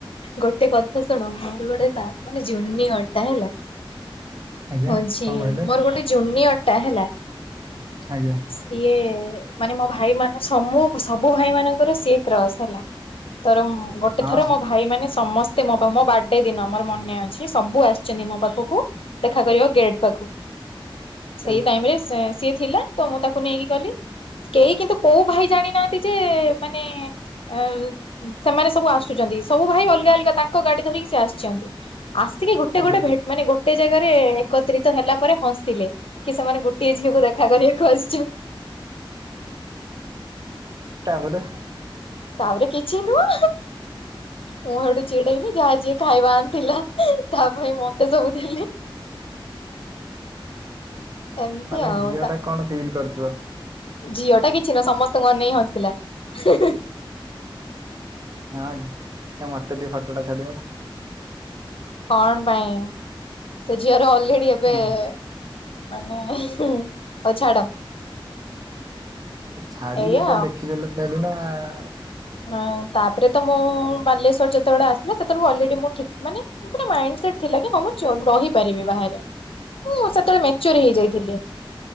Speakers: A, on the left; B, on the right.
A: ଗୋଟେ କଥା ଶୁଣ ମୁଁ <unintelligible> ମାନେ ଜୁନିଅରଟା ହେଲା,
B: ଆଜ୍ଞା
A: ହଉଛି
B: କଣ କହିଲେ
A: ମୋର ଗୋଟେ ଜୁନିଅର ଟା ହେଲା
B: ଆଜ୍ଞା,
A: ସିଏ-ଏ-ଏ-ଏ ମାନେ ମୋ ଭାଇ ମାନ ସମୁ ସବୁ ଭାଇ ମାନଙ୍କର ସିଏ କ୍ରସ୍ ହେଲା। ତରମ୍ ଗୋଟେ
B: ହଁ
A: ଥର ମୋ ଭାଇ ମାନେ ସମସ୍ତେ ମୋ ପା ମୋ ବାର୍ଥଡେ ଦିନ ମୋର ମ ମନେ ଅଛି ସବୁ ଆସିଛନ୍ତି ମୋ ପାଖକୁ ଦେଖା କରିଆକୁ ଗେଟ ପାଖକୁ। ସେଇ
B: ଆଜ୍ଞା
A: ଟାଇମ ରେ ସେ ସିଏ ଥିଲା ତ ମୁଁ ତାକୁ ନେଇକି ଗଲି। କେହି କିନ୍ତୁ କୋଉ ଭାଇ ଜାଣିନାହାନ୍ତି ଯେ-ଏ-ଏ-ଏ ମାନେ ଏ-ଏ-ଏ ସେମାନେ ସବୁ ଆସୁ ଆସୁଛନ୍ତି ସବୁ ଭାଇ ଅଲଗା ଅଲଗା ତାଙ୍କ ଗାଡି ଧରିକି ସେ ଆସିଛନ୍ତି। ଆସିକି ଗୋଟେ
B: ଆଜ୍ଞା
A: ଗୋଟେ ଭେ ମାନେ ଗୋଟେ ଜାଗାରେ ଏ-ଏ ଏକତ୍ରିତ ହେଲା ପରେ ହସିଲେ। କି ସେମାନେ ଗୋଟିଏ ଝିଅକୁ ଦେଖା କରିବାକୁ ଆସିଛନ୍
B: ତାପରେ
A: ତାପରେ କିଛି ନୁହଁ, ମୁଁ ସେଠୁ ଚିଡେଇଲି ଯାହା ଯିଏ ଖାଇବା ଆନ୍ ଥିଲା ତା ପାଇଁ ମତେ ସବୁ ଦେଲେ। ଏମିତି
B: ମାନେ
A: ଆଉ
B: ଝିଅ ଟା କଣ ଫିଲ୍ କରିଥିବ।
A: ଝିଅ ଟା କିଛି ନୁହଁ ସମସ୍ତଙ୍କୁ ଅନେଇ ହସିଲା ହି ହି।
B: ଆଉ ମତେ ଟିକେ ଫଟୋଟା ଛାଡିବ।
A: କଣ ପାଇଁ? ସେ ଝିଅର ଅଲରେଡି ଏବେ-ଏ-ଏ
B: ହୁଁ।
A: ମାନେ-ଏ-ଏ-ଏ ହଉ ଛାଡ଼।
B: ଛାଡ଼ି
A: ଏଇଆ
B: ଦେଇଥାନ୍ତେ ଦେଖିଦେଲେ ଥୋଡ଼ି ନା-ଆ-ଆ-ଆ।
A: ହଁ ତାପରେ ତ ମୁଁ-ଉ-ଉ-ଉ ବାଲେଶ୍ଵର ଯେତେବେଳେ ଆସିଲେ ସେତେବେଳକୁ ଅଲରେଡି ମୁଁ ଠିକ୍ ମାନେ ପୁରା ମାଇଣ୍ଡ ସେଟ୍ ଥିଲା କି ହଁ ମୁଁ ଚଳ୍ ରହିପାରିବି ବାହାରେ। ମୁଁ ସେତେବେଳେ ମେଚୁଅର ହେଇଯାଇଥିଲି।